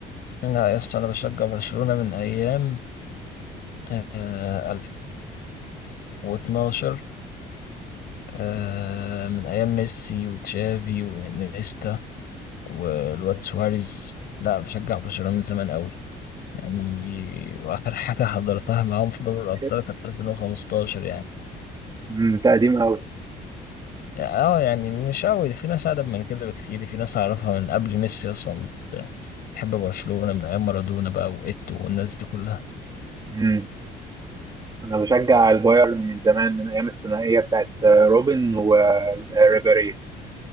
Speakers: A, on the left (about 65°); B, on the right (about 25°).
A: لا يا اسطى انا بشجع برشلونة من ايام آه 2012 آه من ايام ميسي وتشافي وانيستا والواد سواريز لا بشجع برشلونة من زمان قوي يعني واخر حاجة حضرتها معاهم في دوري الابطال
B: كده
A: كانت 2015 يعني
B: امم، انت قديم قوي
A: اه يعني مش قوي في ناس أقدم من كده بكتير في ناس أعرفها من قبل ميسي أصلا بت- بتحب برشلونة من أيام مارادونا بقى وإيتو والناس دي كلها
B: امم. انا بشجع البايرن من زمان من ايام الثنائية بتاعت روبن وريبيري